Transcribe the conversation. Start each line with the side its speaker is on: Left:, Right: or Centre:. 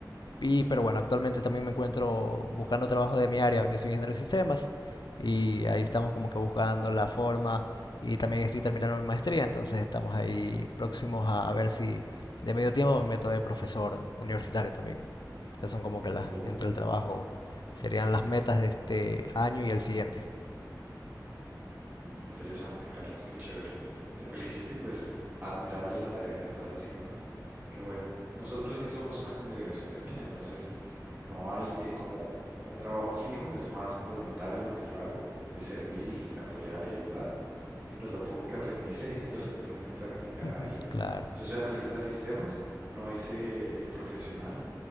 Left: Y, pero bueno, actualmente también me encuentro buscando trabajo de mi área. Yo soy ingeniero de sistemas y ahí estamos como que buscando la forma y también estoy terminando mi maestría, entonces estamos ahí próximos a ver si de medio tiempo me meto de profesor universitario también. Esas son como que las
Right: oh,
Left: entre el trabajo serían las metas de este año y el siguiente.
Right: interesante, Carlos, qué chévere. Te felicito y pues admirable la tarea que estás haciendo. Qué bueno. Nosotros sí somos una congregación pequeña, entonces no hay eh, como un trabajo fijo, es más voluntario lo que yo hago, de servir y apoyar y ayudar. Y pues lo poco que aprendí sé, <laughs> lo estoy poniendo en práctica
Left: <laughs>
Right: ahí.
Left: Claro.
Right: Yo soy analista de sistemas, no hice el profesional,